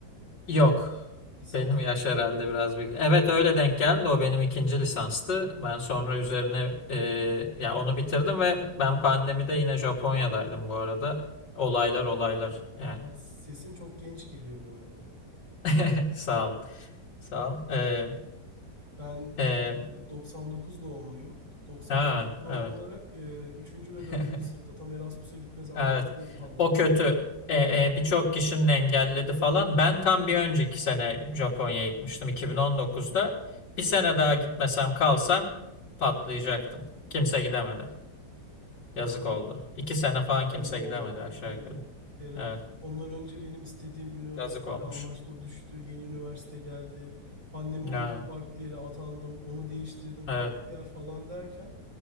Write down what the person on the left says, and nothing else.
Yok.
Benim yaş herhalde biraz büyük. Evet öyle denk geldi. O benim ikinci lisanstı. Ben sonra üzerine e, ya onu bitirdim ve ben pandemide yine Japonya'daydım bu arada. Olaylar olaylar yani.
<laughs> Sağ olun. Sağ olun. E,
e,
ha,
evet.
<laughs>
Evet.
O kötü.
E, e, birçok kişinin engelledi falan. Ben tam bir önceki sene Japonya'ya gitmiştim 2019'da. Bir sene daha gitmesem kalsam patlayacaktım. Kimse gidemedi. Yazık oldu. İki sene
falan
kimse
gidemedi aşağı
yukarı.
Evet,
yazık olmuş.
Ya,
evet,